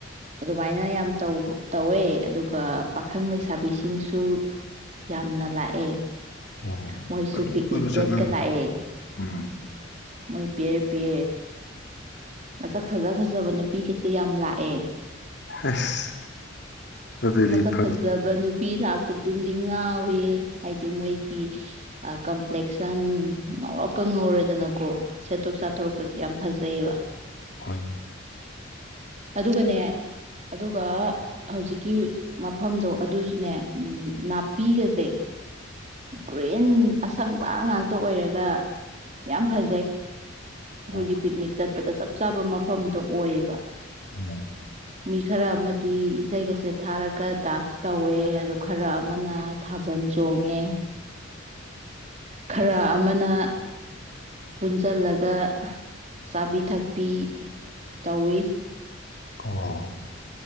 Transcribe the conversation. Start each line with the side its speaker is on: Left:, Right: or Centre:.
Right: ꯑꯗꯨꯃꯥꯏꯅ ꯌꯥꯝ ꯇꯩꯕ ꯇꯧꯋꯦ ꯑꯗꯨꯒ ꯄꯥꯈꯪ ꯂꯩꯁꯥꯕꯤꯁꯤꯡꯁꯨ ꯌꯥꯝꯅ ꯂꯥꯛꯑꯦ
Left: ꯑꯣ
Right: ꯃꯣꯏꯁꯨ
Left: ꯑꯗꯨꯝ
Right: ꯄꯤꯛꯅꯤꯛ
Left: ꯀꯣꯏꯕ
Right: ꯗꯦꯠꯀ
Left: ꯆꯠꯅꯕꯅꯤ
Right: ꯂꯥꯛꯑꯦ
Left: ꯎꯝ
Right: ꯃꯣꯏ ꯄꯤꯔ ꯄꯦ ꯃꯁꯛ ꯐꯖ ꯐꯖꯕ ꯅꯨꯄꯤꯒꯁꯦ ꯌꯥꯝ ꯂꯥꯛꯑꯦ
Left: ꯑꯁ ꯑꯗꯨꯗꯤ
Right: ꯃꯁꯛ
Left: ꯐꯪ
Right: ꯐꯖꯕ ꯅꯨꯄꯤ ꯂꯥꯛ ꯗꯨꯝꯗꯤ ꯉꯥꯎꯋꯦ ꯍꯥꯏꯗꯤ ꯃꯣꯏꯒꯤ ꯀꯝꯄ꯭ꯂꯦꯛꯁꯟ ꯉꯧꯔꯣꯛꯀ ꯉꯧꯔꯗꯅꯀꯣ ꯁꯦꯠꯊꯣꯛ ꯆꯥꯊꯣꯔꯛꯄꯁꯤ ꯌꯥꯝ ꯐꯖꯩꯕ
Left: ꯍꯣꯏꯅꯦ
Right: ꯑꯗꯨꯒꯅꯦ ꯑꯗꯨꯒ ꯍꯧꯖꯤꯛꯀꯤ ꯃꯐꯝꯗꯣ ꯑꯗꯨꯁꯨꯅꯦ ꯅꯥꯄꯤꯒꯁꯦ ꯒ꯭ꯔꯤꯟ ꯑꯁꯪꯕ ꯉꯥꯛꯇ ꯑꯣꯏꯔꯒ ꯌꯥꯝ ꯐꯖꯩ
Left: ꯑꯣ
Right: ꯕꯣꯏ ꯒꯤ ꯄꯤꯛꯅꯤꯛ ꯆꯠ ꯑꯗ ꯆꯞ ꯆꯥꯕ ꯃꯐꯝꯗꯣ ꯑꯣꯏꯌꯦꯕ
Left: ꯎꯝ
Right: ꯃꯤ ꯈꯔ ꯑꯃꯗꯤ ꯏꯁꯩꯒꯁꯦ ꯊꯥꯔꯒ ꯗꯥꯟꯁ ꯇꯧꯋꯦ ꯑꯗꯨ ꯈꯔ ꯑꯝ ꯑꯃꯅ ꯊꯕꯟ ꯆꯣꯡꯉꯦ ꯈꯔ ꯑꯃꯅ ꯄꯨꯟꯖꯜꯂꯒ ꯆꯥꯕꯤ ꯊꯛ ꯄꯤ ꯇꯧꯋꯤ
Left: ꯑꯣ